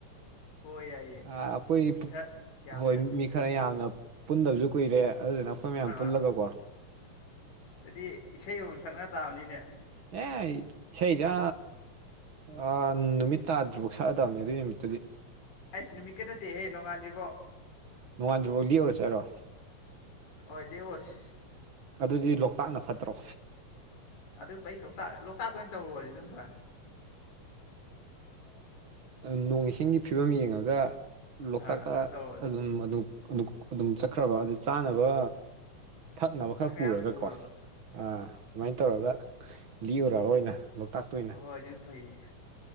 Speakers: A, on the left (about 80°); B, on the right (about 55°).
A: ꯍꯣꯏ ꯌꯥꯏꯌꯦ
B: ꯑꯩꯈꯣꯏ
A: ꯃꯤ ꯈꯔ ꯌꯥꯝꯃ
B: ꯍꯣꯏ
A: ꯆꯠꯁꯦ
B: ꯃꯤ ꯈꯔ ꯌꯥꯝꯅ ꯄꯨꯟꯗꯕꯁꯨ ꯀꯨꯏꯔꯦ ꯑꯗꯨꯗꯨ ꯅ ꯑꯩꯈꯣꯏ ꯃꯌꯥꯝ
A: ꯑꯥ
B: ꯄꯨꯜꯂꯒꯀꯣ
A: ꯑꯗꯨꯗꯤ ꯏꯁꯩ ꯑꯃ ꯁꯛꯅ ꯇꯥꯕꯅꯤꯅꯦ
B: ꯑꯦꯁꯩꯗ ꯑ ꯅꯨꯃꯤꯠ ꯇꯥꯗ꯭ꯔꯤꯐꯥꯎ ꯁꯛꯑꯗꯕꯅꯦ ꯑꯗꯨꯏ ꯅꯨꯃꯤꯠꯇꯨꯗꯤ
A: ꯑꯩꯁ ꯅꯨꯃꯤꯠꯀ ꯅꯠꯇꯦꯍꯦ ꯅꯣꯡꯉꯥꯟꯗ꯭ꯔꯤꯕꯣ
B: ꯅꯣꯡꯉꯥꯟꯗ꯭ ꯐꯥꯎ ꯂꯤꯎꯧꯔꯁꯦꯔꯣ
A: ꯍꯣꯏ ꯗꯦꯌꯁ
B: ꯑꯗꯨꯗꯤ ꯂꯣꯛꯇꯥꯛꯅ ꯐꯠꯇ꯭ꯔꯣ
A: ꯑꯗꯨ ꯐꯩ ꯂꯣꯛꯇꯥꯛ ꯂꯣꯛꯇꯥꯛꯇ ꯑꯣꯏꯅ ꯇꯧꯔꯨꯔꯗꯤ ꯑꯗꯨꯝ ꯐ
B: ꯅꯣꯡ ꯏꯁꯤꯡꯒꯤ ꯐꯤꯕꯝ ꯌꯦꯡꯉꯒ ꯂꯣꯛꯇꯥꯛꯇ
A: ꯑꯥ ꯑꯗꯨꯃꯥꯏꯅ ꯇꯧꯔꯁꯤ
B: ꯑꯗꯨꯝ ꯑꯗꯨ ꯑꯗꯨꯝ ꯆꯠꯈ꯭ꯔꯕ ꯑꯗꯨ ꯆꯥꯅꯕ ꯊꯛꯅꯕ ꯈꯔ ꯄꯨꯔꯒꯀꯣ
A: ꯌꯥꯝ ꯄꯨꯔꯕ
B: ꯑ ꯁꯨꯃꯥꯏꯅ ꯇꯧꯔꯒ ꯂꯤꯔꯨꯔꯔꯣꯏ ꯑꯣꯏꯅ ꯂꯣꯛꯇꯥꯛꯇ ꯑꯣꯏꯅ
A: ꯑꯍꯣꯏ ꯑꯗꯨꯝ ꯐꯩꯌꯦ